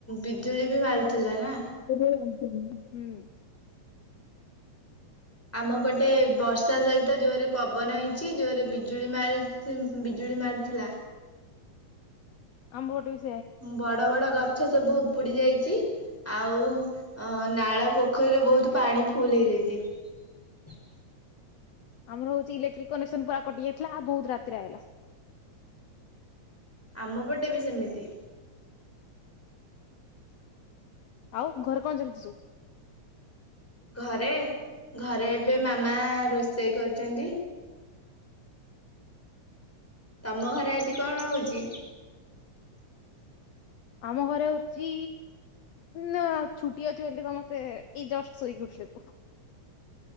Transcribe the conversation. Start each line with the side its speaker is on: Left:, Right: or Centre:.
Centre: ବିଜୁଳି ବି ମାରୁଥିଲା ନା।
Left: <unintelligible> ହୁଁ
Centre: ଆମ ପଟେ ବର୍ଷା ସହିତ ଜୋରେ ପବନ ହେଇଛି ଯୋରେ ବିଜୁଳି ବିଜୁଳି ମାରୁଥିଲା।
Left: ଆମ ପେଟ ବି ସେ
Centre: ହୁଁ ବଡ ବଡ ଗଛ ସବୁ ଉପୁଡି ଯାଇଛି ଆଉ ନାଳ ପୋଖରୀରେ ବହୁତ ପାଣି ଫୁଲ ହେଇଯାଇଛି।
Left: ଆମର ହଉଛି ଇଲେକ୍ଟ୍ରିକ କନେକ୍ସନ ପୁରା କଟି ଯାଇଥିଲା ଆଉ ବହୁତ ରାତିରେ ଆଇଲା।
Centre: ଆମ ପଟେ ବି ସେମିତି।
Left: ଆଉ ଘରେ କଣ ଚାଲିଛି ସବୁ
Centre: ଘରେ ଘରେ ଏବେ ମାମା ରୋଷେଇ କରିଛନ୍ତି। ତମ ଘରେ ଆଜି କଣ ହେଉଛି?
Left: ଆଉ ଆମ ଘରେ ହଉଛି ନା ଛୁଟି ଅଛି ବୋଲି ତମତେ ଏଇ ଜଷ୍ଟ ଶୋଇକି ଉଠିଲେ ମୁଁ।